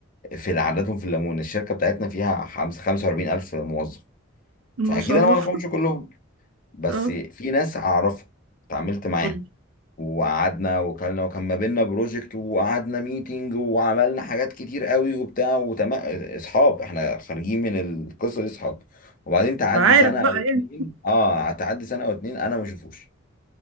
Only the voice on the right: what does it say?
ما
شاء
الله
<laughs>
اه
أمم.
ما عارف
بقى
يعني